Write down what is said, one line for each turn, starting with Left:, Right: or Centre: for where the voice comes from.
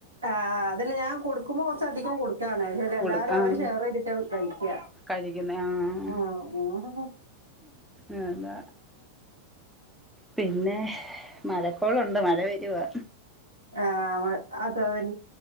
Right: ആഹ് ആഹ് അതെന്നെ ഞാൻ കൊടുക്കുമ്പോ കൊറച്ചധികം കൊടുക്കാണ് ഷെ ല്ല
Centre: കൊടു
Right: എല്ലാരും
Centre: ആഹ്
Right: അവര് ഷെയറെയ്തിട്ടാ കഴിക്കാ
Centre: കഴിക്കുന്നെ ആഹ്
Right: ആഹ്
Centre: അതാ പിന്നെ മഴക്കോളൊണ്ട് മഴ വെരുവാ.
Right: ആഹ് ആഹ് മഴ അതാൻ